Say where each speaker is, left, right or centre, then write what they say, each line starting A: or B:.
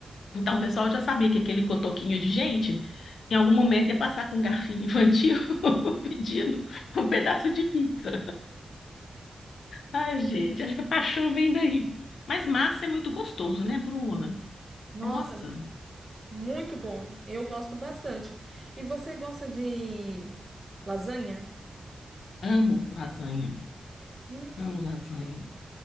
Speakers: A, on the left; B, on the right.
A: Então o pessoal já sabia que aquele cotoquinho de gente, em algum momento, ia passar com um garfinho infantil <laughs> pedindo um pedaço de pizza. Ai,
B: Sim.
A: gente, acho que a paixão vem daí. Mas massa é muito gostoso, né, Bruna?
B: Nossa,
A: Nossa,
B: muito bom. Eu gosto bastante. E você gosta de lasanha?
A: amo lasanha.
B: Hum.
A: Amo lasanha.